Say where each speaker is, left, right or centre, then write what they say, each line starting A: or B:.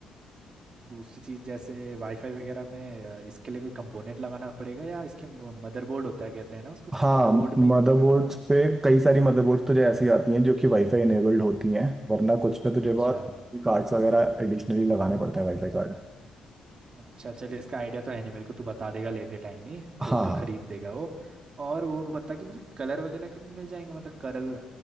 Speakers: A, on the right (about 40°); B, on the right (about 20°).
A: दूसरी चीज़ जैसे वाईफाई वगैरह में अ, इसके लिए कोई कंपोनेंट लगाना पड़ेगा या इसके मदरबोर्ड होता है कहते हैं ना उसको शायद
B: हाँ
A: मदरबोर्ड में
B: मदरबोर्ड्स
A: ही मिलेगा वो
B: पे कई सारी मदरबोर्ड्स तुझे ऐसी आती हैं जो कि वाईफाई इनेबल्ड होती हैं वरना कुछ पे तुझे
A: अच्छा
B: बहुत कार्ड्स वगैरह एडिशनली लगाने पड़ते हैं वाईफाई कार्ड
A: अच्छा चल इसका आइडिया तो है नहीं मेरे को तू बता देगा लेते टाइम ही
B: हाँ
A: तो तू
B: हाँ
A: खरीद देगा वो और वो बता कि मुझे कलर वगैरह के भी मिल जाएंगे मतलब करल